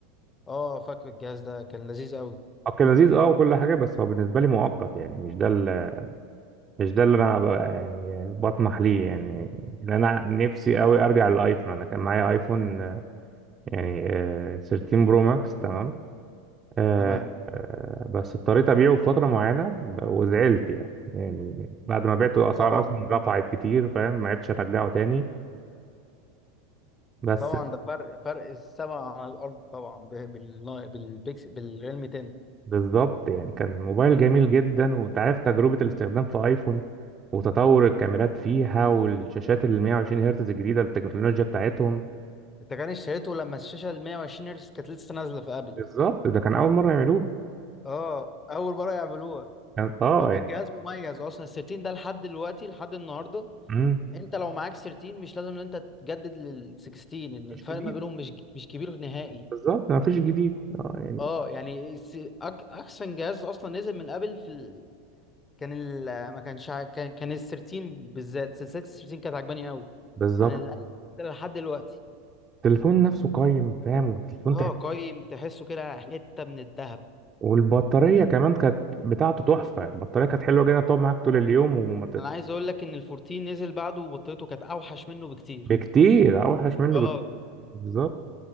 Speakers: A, on the left; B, on the right.
A: اه فاكر الجهاز ده كان لذيذ قوي
B: هو كان لذيذ اه وكل حاجه بس هو بالنسبه لي مؤقت يعني مش ده ال- مش ده اللي انا بقى يعني بطمح ليه يعني لان انا نفسي قوي ارجع للايفون انا كان معايا ايفون آه، يعني آه، 13 برو ماكس تمام آه،
A: تمام
B: آه، بس اضطريت أبيعه في فترة معينة ب- وزعلت يعني يعني بعد ما بعته الأسعار
A: طبعا
B: أصلا رفعت كتير فاهم ما عرفتش أرجعه تاني بس
A: طبعا ده فرق فرق السما عن الارض طبعا ب- بال بالبيكس بالريلم 10
B: بالظبط يعني كان موبايل جميل جدا وأنت عارف تجربة الاستخدام في آيفون وتطور الكاميرات فيها والشاشات ال 120 هرتز الجديدة التكنولوجيا بتاعتهم
A: انت كان اشتريته لما الشاشه ال 120 هرتز كانت لسه نازله في ابل
B: بالظبط ده كان أول مرة يعملوها
A: اه اول مره يعملوها
B: كان اه
A: هو كان
B: يعني
A: جهاز مميز اصلا ال 13 ده لحد دلوقتي لحد النهارده
B: مم.
A: انت لو معاك 13 مش لازم ان انت تجدد لل 16 ان الفرق
B: مفيش جديد
A: ما بينهم مش مش كبير نهائي
B: بالظبط ما فيش جديد اه يعني
A: اه يعني الس- أك- احسن جهاز اصلا نزل من ابل في كان ال ما كانش ع- كان كان ال 13 بالذات سلسله ال 13 كانت عجباني قوي
B: بالظبط
A: عن ال- اي سلسله لحد دلوقتي
B: التليفون نفسه قايم فاهم والتليفون
A: اه قايم تحسه كده حته من الذهب
B: والبطارية كمان كانت بتاعته تحفة البطارية كانت حلوة جدا تقعد معاك طول اليوم ومت...
A: انا عايز اقول لك ان ال 14 نزل بعده وبطيته كانت اوحش منه بكتير
B: بكتير أوحش منه
A: اه
B: بك- بالظبط